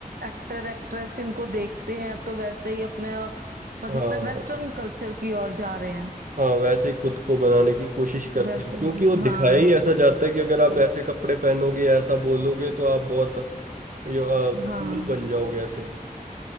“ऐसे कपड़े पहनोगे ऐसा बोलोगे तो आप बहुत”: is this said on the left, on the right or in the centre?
Right